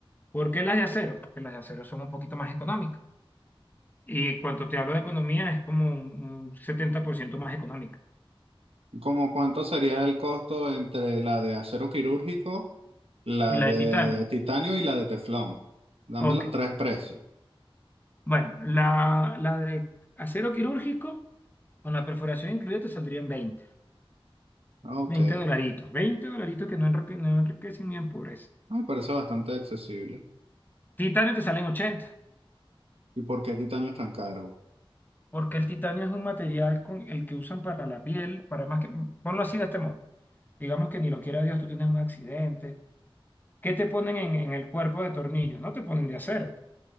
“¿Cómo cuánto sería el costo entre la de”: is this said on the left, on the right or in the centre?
Right